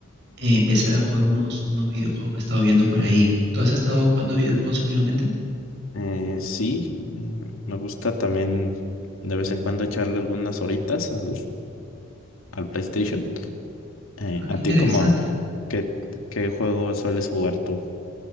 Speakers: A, on the right; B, on the left.
A: eh, empezar a jugar unos, unos videojuegos que he estado viendo por ahí. ¿Tú has estado jugando videojuegos últimamente?
B: Eh, sí, eh, me gusta también de vez en cuando echarle algunas horitas al, al PlayStation. Eh,
A: Ah, qué
B: ¿a ti
A: interesante.
B: como qué, qué juego sueles jugar tú?